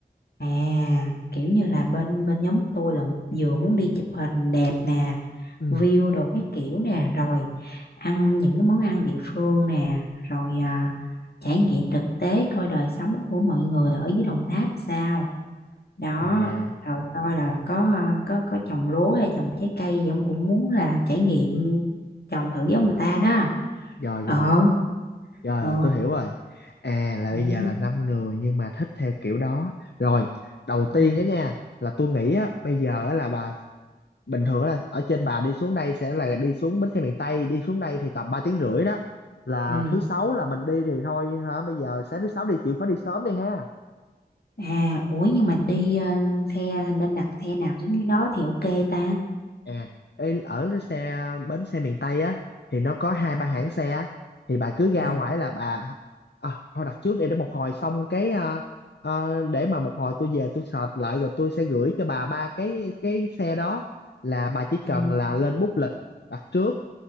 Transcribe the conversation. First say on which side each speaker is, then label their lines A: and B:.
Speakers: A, on the left; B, on the left.
A: À, kiểu như là bên bên nhóm tôi là vừa muốn đi chụp hình đẹp nè,
B: ừ
A: view đồ các kiểu nè, rồi ăn những cái món ăn địa phương nè, rồi
B: Ừ.
A: à, trải nghiệm thực tế coi đời sống của mọi người ở dưới Đồng Tháp sao. Đó,
B: à
A: rồi coi là có à, có có trồng lúa hay trồng trái cây gì ông cũng muốn là trải nghiệm trồng thử giống người ta đó.
B: rồi
A: Ờ,
B: rồi rồi
A: ờ.
B: rồi tôi hiểu rồi à là bây
A: Ừ.
B: giờ là năm người nhưng mà thích theo kiểu đó rồi đầu
A: ừ.
B: tiên á nha là tôi nghĩ á bây giờ á là bà bình thường là ở trên bà đi xuống đây sẽ là đi xuống bến xe miền Tây đi xuống đây thì tầm 3 tiếng rưỡi đó là
A: ừ
B: thứ sáu là mình đi thì thôi hả bây giờ sáng thứ sáu đi chịu khó đi sớm đi ha
A: À, ủa nhưng mà đi ờ, xe nên đặt xe nào giống như đó thì ok ta.
B: à ê, ở xe bến xe miền Tây á thì nó có hai ba hãng
A: ừ,
B: xe á. thì bà cứ ra
A: ha,
B: ngoài là bà à, thôi đặt trước để để một hồi xong cái à, à, để mà một hồi tôi về tôi search lại rồi tôi sẽ gửi cho bà ba cái cái xe đó là bà chỉ cần
A: À,
B: là lên book lịch đặt trước